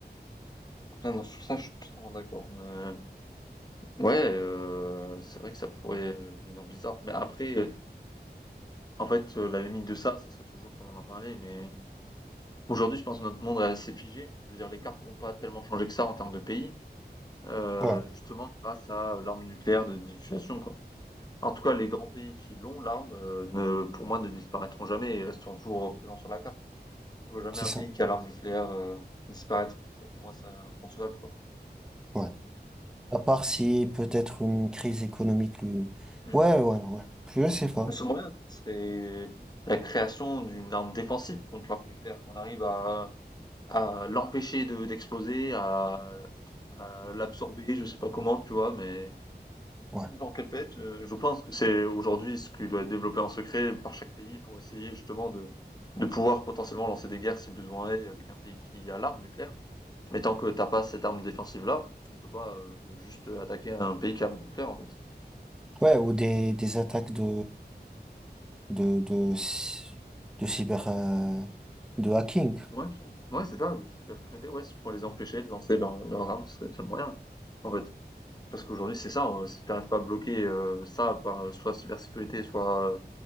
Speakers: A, on the left; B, in the centre.
A: Ah non, sur ça, je suis totalement d'accord, mais ouais, heu, c'est vrai que ça pourrait, devenir bizarre, mais après, heu, en fait, heu, la limite de ça, ça serait toujours comme on en parlait, mais aujourd'hui, je pense que notre monde est assez figé. Je veux dire, les cartes vont pas tellement changer que ça en termes de pays, heu,
B: Ouais,
A: justement grâce à l'arme nucléaire de dissuasion, quoi. En tout cas, les grands pays qui l'ont, l'arme, heu, ne pour moi, ne disparaîtront jamais et resteront toujours présents sur la carte. Je vois jamais
B: c'est
A: un
B: ça.
A: pays qui a l'arme nucléaire, heu, disparaître. Ça, pour moi, c'est inconcevable, quoi.
B: Ouais. À part si peut-être une crise économique lui...
A: Mmh.
B: Ouais, ouais, ouais. Je sais pas.
A: Le seul moyen, ce serait la création d'une arme défensive contre l'arme nucléaire, qu'on arrive à à l'empêcher de d'exploser, à à l'absorber, je sais pas comment, tu vois? Mais
B: Ouais.
A: dans quel planète, heu, je pense que c'est aujourd'hui ce qui doit être développé en secret par chaque pays pour essayer justement de de pouvoir potentiellement lancer des guerres si besoin est avec un pays qui a l'arme nucléaire. Mais tant que t'as pas cette arme défensive-là, tu ne peux pas euh, juste attaquer un pays qui a l'arme nucléaire, en fait.
B: Ouais, ou des, des attaques de, de, de, cy- de cyber, euh, de hacking.
A: Ouais, ouais, c'est ça, les super secrétaires, ouais, c'est pour les empêcher de lancer dans leurs armes, c'est le seul moyen, en fait. Parce qu'aujourd'hui, c'est ça, euh, si t'arrives pas à bloquer euh, ça par euh, soit cybersécurité, soit, euh,